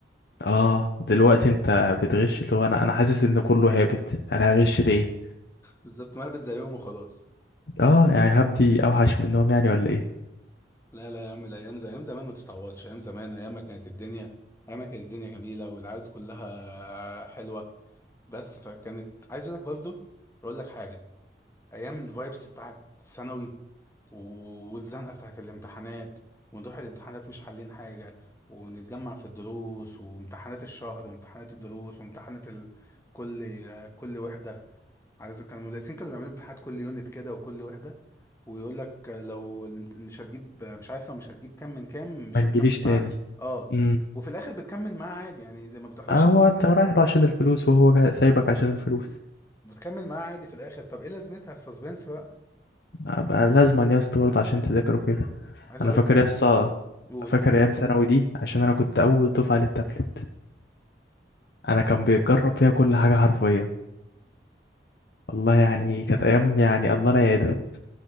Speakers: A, on the left; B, on the left.
A: اه دلوقتي انت بتغش اللي هو انا انا حاسس ان كله هابط انا هغش ليه
B: بالظبط ما قابل زي يوم وخلاص
A: اه يعني هبدي اوحش منهم يعني ولا ايه
B: لا لا يا عم الايام زي ايام زمان ما تتعوضش ايام زمان ايام ما كانت الدنيا ايام ما كانت الدنيا جميله والعز كلها حلوه بس فكانت عايز اقول لك برضو اقول لك حاجه ايام الفايبس بتاعت ثانوي والزنقة بتاعت الامتحانات ونروح الامتحانات مش حالين حاجة ونتجمع في الدروس وامتحانات الشهر وامتحانات الدروس وامتحانات ال... كل كل وحدة عايز كان المدرسين كانوا بيعملوا امتحانات كل يونت كده وكل وحدة ويقول لك لو الامت- مش هتجيب مش عارف لو مش هتجيب كام من كام مش
A: ما تجيليش
B: هتكمل
A: تاني
B: معاه اه
A: امم
B: وفي الاخر بتكمل معاه عادي يعني زي ما بتحضرش
A: آه، هو
B: امتحان
A: انت رايح له عشان الفلوس وهو جاي- سايبك عشان الفلوس
B: بتكمل معاه عادي في الاخر طب ايه لازمتها السسبنس بقى
A: بقى لازما يا اسطى برضه عشان تذاكره كده
B: عايز اقول
A: انا فاكر
B: لك
A: يا اسطى
B: قول
A: فاكر ايام ثانوي دي عشان انا كنت اول دفعه للتابلت انا كان بيتجرب فيها كل حاجه حرفيا والله يعني كانت ايام يعني الله لا يعيدها